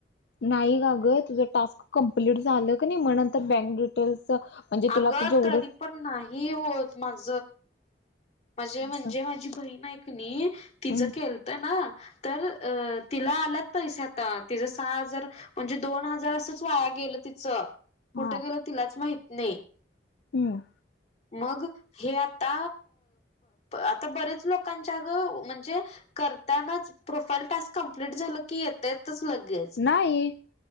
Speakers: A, on the left; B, on the left.
A: नाही का ग तुझं टास्क कम्प्लीट झालं का नाही म्ह बँक डिटेल्स
B: अग
A: तुला आता जेवढं
B: तरी पण नाही होत माझ. माझे म्हणजे
A: असं
B: माझी बहीण ऐकणी
A: हम्म
B: तिचं केलत ना तर अ तिला आलात पैसे आता तिच सहा हजार म्हणजे दोन हजार असंच वाया गेलं तिचं कुठ
A: हा
B: गेलं तिलाच माहित नाही.
A: हम्म
B: मग हे आता आता बरेच लोकांच्या गं म्हणजे करतानाच प्रोफाईल टास्क कंप्लीट झालं की येतेतच लगेच.
A: नाही